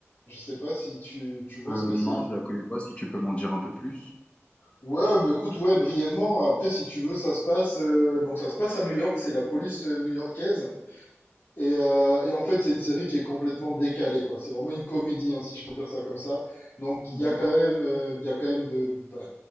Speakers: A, on the left; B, on the left.
A: Je sais pas si tu, tu vois
B: Euh,
A: ce que
B: non,
A: c'est.
B: je la connais pas, si tu peux m'en dire un peu plus.
A: Ouais, bah écoute, ouais, brièvement. Après, si tu veux, ça se passe, euh, donc ça se passe à New York. C'est la police euh, new-yorkaise Et, euh, et en fait, c'est une série qui est complètement décalée, quoi. C'est vraiment une comédie, hein, si je peux dire ça comme ça. Donc, il
B: Mhm.
A: y a quand même, euh, il y a quand même de, ben,